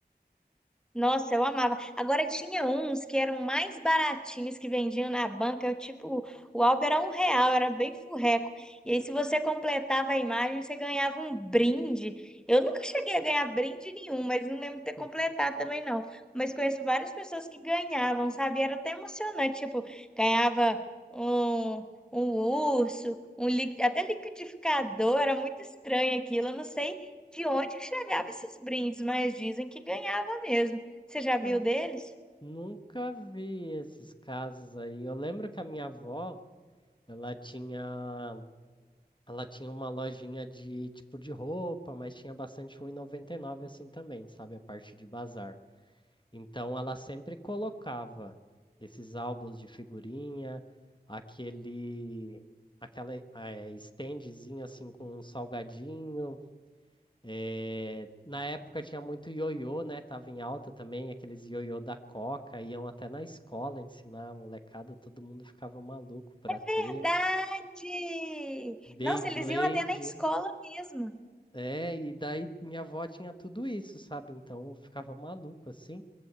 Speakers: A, in the centre; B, on the left.
A: Nossa, eu amava. Agora tinha uns que eram mais baratinhos que vendiam na banca, eu, tipo, o álbum era um real, era bem furreco. E aí, se você completava a imagem, você ganhava um brinde. Eu nunca cheguei a ganhar brinde nenhum, mas não lembro de ter completado
B: Hum.
A: também, não. Mas conheço várias pessoas que ganhavam, sabe? Era até emocionante, tipo, ganhava um, um urso, um li- até liquidificador, era muito estranho aquilo. Eu não sei de onde que chegava esses brindes, mas dizem que ganhava mesmo. Você já
B: Não.
A: viu deles?
B: Nunca vi esses casos aí. Eu lembro que a minha avó, ela tinha, ela tinha uma lojinha de tipo de roupa, mas tinha bastante 1,99 assim também, sabe? A parte de bazar. Então ela sempre colocava esses álbuns de figurinha, aquele, aquela eh, standzinha assim com um salgadinho. Eh, na época tinha muito ioiô, né? Tava em alta também, aqueles ioiô da Coca, iam até na escola ensinar a molecada, todo mundo ficava maluco pra
A: Verdade!
B: ter. Beyblade,
A: Nossa, eles iam até na escola mesmo.
B: é, e daí minha avó tinha tudo isso, sabe? Então eu ficava maluco assim.